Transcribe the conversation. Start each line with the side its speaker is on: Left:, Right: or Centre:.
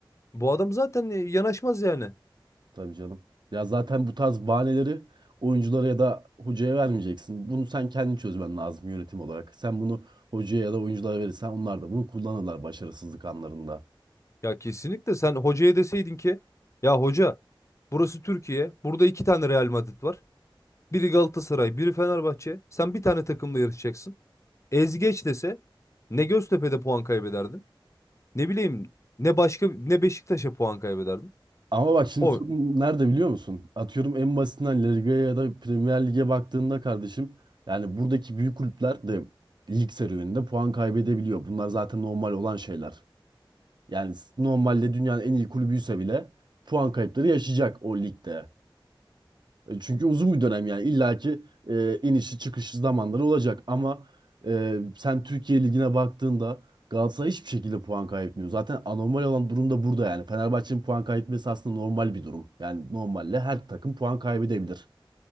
Left: Bu adam zaten e, yanaşmaz yani.
Right: Tabii canım. Ya zaten bu tarz bahaneleri oyunculara ya da hocaya vermeyeceksin. Bunu sen kendin çözmen lazım yönetim olarak. Sen bunu hocaya ya da oyunculara verirsen onlar da bunu kullanırlar başarısızlık anlarında.
Left: Ya kesinlikle sen hocaya deseydin ki ya hoca burası Türkiye. Burada iki tane Real Madrid var. Biri Galatasaray, biri Fenerbahçe. Sen bir tane takımla yarışacaksın. Ezgeç dese ne Göztepe'de puan kaybederdin, ne bileyim ne başka ne Beşiktaş'a puan kaybederdin.
Right: Ama bak şimdi
Left: O
Right: sorun nerede biliyor musun? Atıyorum en basitinden La Liga'ya ya da Premier Lig'e baktığında kardeşim yani buradaki büyük kulüpler de lig serüveninde puan kaybedebiliyor. Bunlar zaten normal olan şeyler. Yani s- normalde dünyanın en iyi kulübüyse bile puan kayıpları yaşayacak o ligde. E, Çünkü uzun bir dönem yani illaki e, inişi çıkışı zamanları olacak ama e, sen Türkiye Ligi'ne baktığında Galatasaray hiçbir şekilde puan kaybetmiyor. Zaten anormal olan durum da burada yani. Fenerbahçe'nin puan kaybetmesi aslında normal bir durum. Yani normalle her takım puan kaybedebilir.